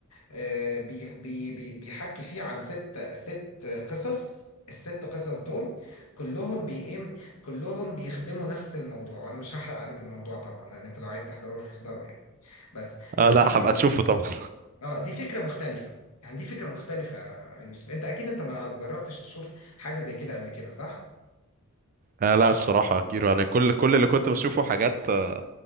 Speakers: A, on the left; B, on the right.
A: آه، بي بي بي- بيحكي فيه عن ست ست قصص الست قصص دول كلهم بي ايه كلهم بيخدموا نفس الموضوع وانا مش هحرق عليك الموضوع طبعا لان انت لو عايز تحضره روح احضره يعني بس بس
B: آه، لا
A: دي فكره
B: هبقى اشوفه طبعا
A: اه دي فكره مختلفه يعني دي فكره مختلفه يا يوسف انت اكيد انت ما جربتش تشوف حاجه زي كده قبل كده صح؟
B: آه لا الصراحه كيرو يعني كل كل اللي كنت بشوفه حاجات آه،